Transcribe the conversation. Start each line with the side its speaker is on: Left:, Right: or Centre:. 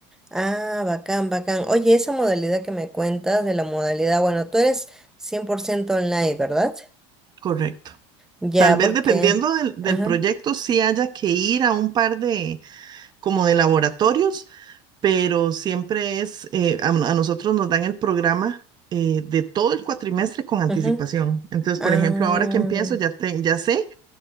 Centre: Ah, bacán, bacán. Oye, esa modalidad que me cuentas de la modalidad, bueno, tú eres 100% online, ¿verdad?
Right: Correcto.
Centre: Ya,
Right: Tal vez
Centre: porque...
Right: dependiendo del, del
Centre: Ajá,
Right: proyecto, sí haya que ir a un par de, como de laboratorios, pero siempre es, eh, a, a nosotros nos dan el programa eh, de todo el cuatrimestre con anticipación.
Centre: ajá.
Right: Entonces,
Centre: Ah,
Right: por ejemplo, ahora que empiezo, ya, te- ya sé